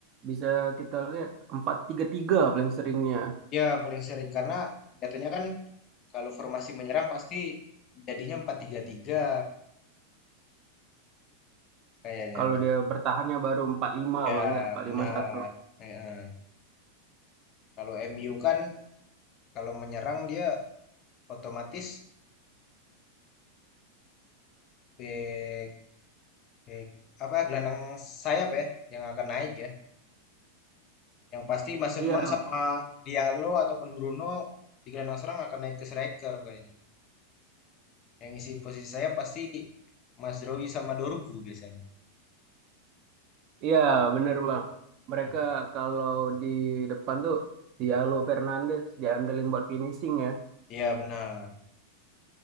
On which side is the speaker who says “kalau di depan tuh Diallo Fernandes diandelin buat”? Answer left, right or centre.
Right